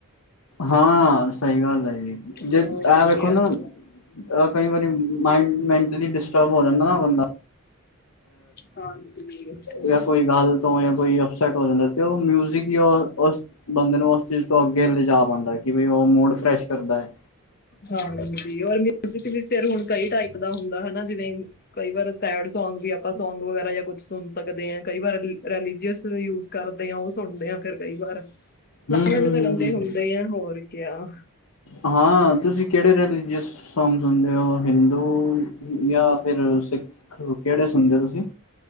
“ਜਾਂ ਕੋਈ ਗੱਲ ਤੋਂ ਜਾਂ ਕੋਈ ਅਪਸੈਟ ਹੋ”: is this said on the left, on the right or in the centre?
Left